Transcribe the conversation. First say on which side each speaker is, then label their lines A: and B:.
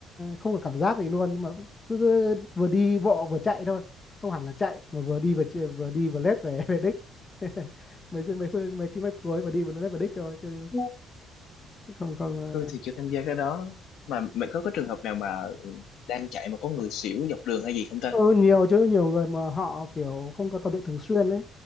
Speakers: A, on the left; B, on the left.
A: không có cảm giác gì luôn nhưng mà cứ, cứ vừa đi bộ vừa chạy thôi không hẳn là chạy mà vừa đi vừa chạy- vừa đi vừa lết về <laughs> về đích <laughs> mấy dư- mấy phương mấy km cuối vừa đi vừa lết về đích thôi chứ không không
B: tôi thì chưa tham gia cái đó mà mày có cái trường hợp nào mà ừ, đang chạy mà có người xỉu dọc đường hay gì không ta
A: ờ, ừ, nhiều chứ nhiều người mà họ kiểu không có tập luyện thường xuyên ấy